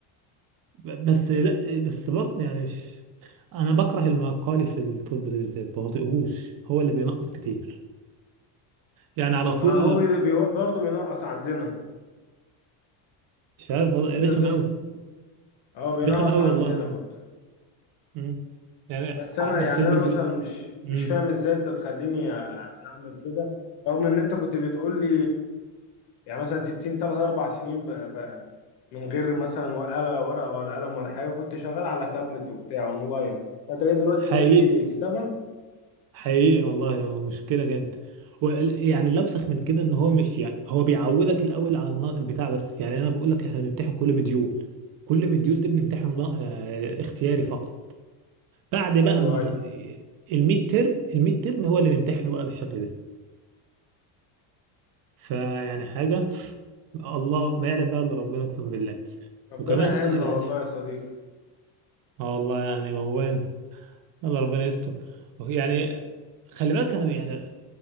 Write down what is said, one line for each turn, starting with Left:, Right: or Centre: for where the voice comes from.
Right: ب- بس لا بس برضه يعني مش انا بكره المقالي في الطب ده بالذات بطيقهوش هو اللي بينقص كتير يعني على
Left: ما
Right: طول
Left: هو بي بي برضه بينقص عندنا
Right: مش عارف والله
Left: فاهم انت
Right: رخم
Left: ازاي
Right: قوي
Left: اه بينقص
Right: رخم قوي
Left: عندنا
Right: والله
Left: برضه
Right: مم. يعني
Left: بس
Right: ع-
Left: انا
Right: بس
Left: يعني
Right: المديو
Left: انا مثلا مش
Right: مم.
Left: مش فاهم ازاي انت تخليني أ- اعمل كده رغم ان انت كنت بتقول لي يعني مثلا سبتني ثلاث اربع سنين ب... ب... من غير مثلا ولا ورقة ولا قلم ولا حاجة كنت شغال على تابلت وبتاع اونلاين انت جاي دلوقتي
Right: حقيقي
Left: تقول لي كتابة
Right: حقيقي والله مشكلة جامد وال- يعني الأوسخ من كده إن هو مش يعني هو بيعودك الأول على النا- البتاع بس يعني أنا بقول لك إحنا بنمتحن كل مديول كل مديول دي بنمتحنه نا- آه، اختياري فقط بعد بقى
Left: ايوه
Right: ما
Left: ايوه
Right: الميد ترم الميد ترم هو اللي نمتحنه بقى بالشكل ده فيعني حاجة <laughs> الله ما يعلم بقى إلا ربنا أقسم بالله
Left: ربنا
Right: وكمان
Left: يعيننا
Right: يعني
Left: والله يا صديقي
Right: اه والله يعني موال الله ربنا يستر يعني خلي بالك انا يعني